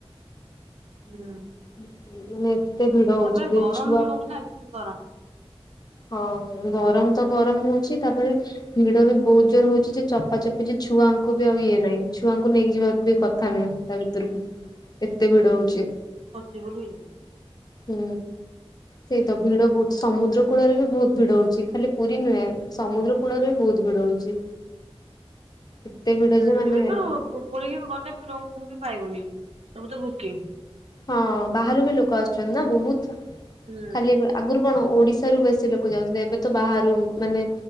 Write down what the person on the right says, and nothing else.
ହୁଁ
ତାପରେ
ଗରମ
ବି ହଉଛି ନା ଏକ୍ସେସ ଗରମ
ସେ ବୋଲି
ହୁଁ
ଏବେ
ତ ପୁ ପୁରୀ କି ବି ଗଲେ ବି ରୁମ ଫୁମ ବି ପାଇବୁନି। ସବୁ ତ ବୁକିଂ।
ହୁଁ